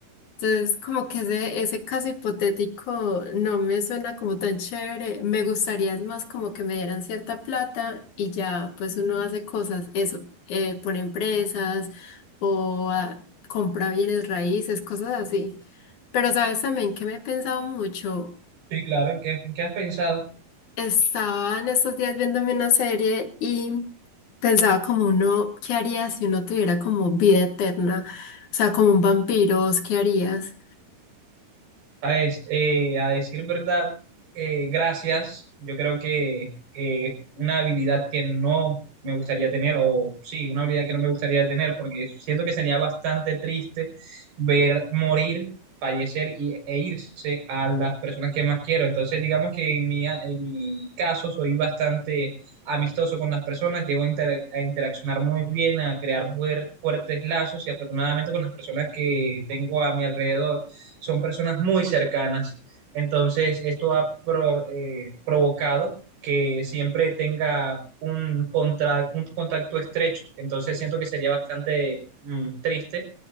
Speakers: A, on the left; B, on the right.
A: Entonces, como que ese, ese caso hipotético no me suena como tan chévere. Me gustaría es más como que me dieran cierta plata y ya, pues uno hace cosas, eso, eh, pone empresas o ah, compra bienes raíces, cosas así. Pero sabes también que me he pensado mucho.
B: Sí, claro, ¿en qué, en qué has pensado?
A: Estaba en estos días viéndome una serie y pensaba como uno, ¿qué haría si uno tuviera como vida eterna? O sea, como un vampiro, ¿vos ¿qué harías?
B: ¿Sabes? Eh, a decir verdad, eh, gracias. Yo creo que eh, una habilidad que no me gustaría tener, o sí, una habilidad que no me gustaría tener, porque siento que sería bastante triste ver morir, fallecer y, e irse a las personas que más quiero. Entonces, digamos que en mi, en mi caso soy bastante amistoso con las personas, llego a, inter- a interaccionar muy bien, a crear fuer- fuertes lazos y afortunadamente con las personas que tengo a mi alrededor son personas muy cercanas. Entonces, esto ha pro- eh, provocado que siempre tenga un, contra- un contacto estrecho. Entonces, siento que sería bastante mm, triste.